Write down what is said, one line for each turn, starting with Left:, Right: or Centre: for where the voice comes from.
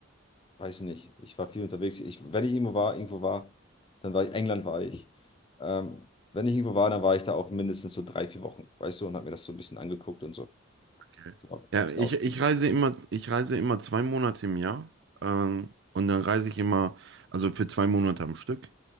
Left: weiß ich nicht. Ich war viel unterwegs. Ich, wenn ich irgendwo war, irgendwo war, dann war ich, England war ich. Ähm, wenn ich irgendwo war, dann war ich da auch mindestens so drei, vier Wochen, weißt du, und habe mir das so ein bisschen angeguckt und so.
Right: Okay.
Left: So, ein
Right: Ja,
Left: bisschen
Right: ich,
Left: aus.
Right: ich reise immer, ich reise immer zwei Monate im Jahr. Ähm, und dann reise ich immer, also für zwei Monate am Stück.